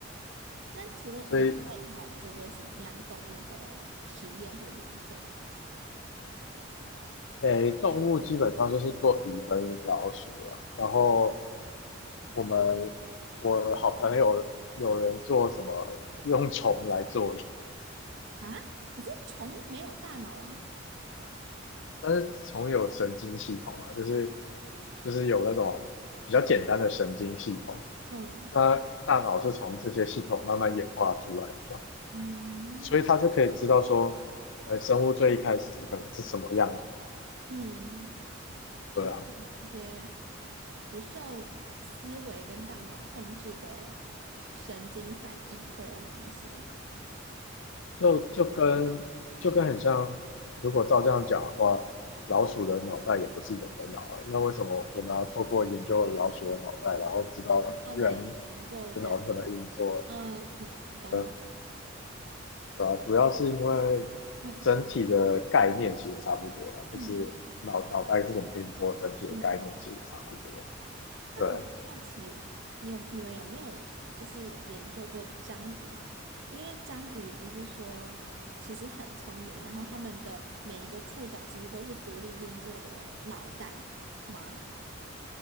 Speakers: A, on the right (about 65°); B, on the left (about 65°).
A: 那除了鱼之外，
B: 所以
A: 你还有做过什么样动物的实验或研究
B: 诶，动物基本上就是做鱼跟老鼠了。然后我们我好朋友有人做什么用虫来做的
A: 啊？可是虫没有大脑啊。
B: 但是虫有神经系统啊，就是就是有那种比较简单的神经系统，
A: 嗯
B: 它大脑是从这些系统慢慢演化出来的嘛
A: 嗯
B: 所以他就可以知道说，呃，生物最一开始可能是什么样子，
A: 嗯，
B: 对啊，
A: 就它们的一些不受思维跟大脑控制的神经反应会有哪一些？
B: 就就跟就跟很像，如果照这样讲的话，老鼠的脑袋也不是人的脑啊，那为什么我们要透过研究老鼠的脑袋，然后知道人
A: 后来研究人，
B: 的脑是怎么运作？
A: 嗯嗯嗯，懂你意思，
B: 呃，对啊，主要是因为
A: 嗯
B: 整体的概念其实差不多啊，就是脑脑袋是怎么运作，
A: 嗯。
B: 整体的概念其实差不多，
A: 嗯那我很好奇，
B: 对。
A: 你有你们有没有就是研究过章鱼？因为章鱼不是说其实很聪明，然后它们的每一个触角其实都是独立运作的脑袋吗？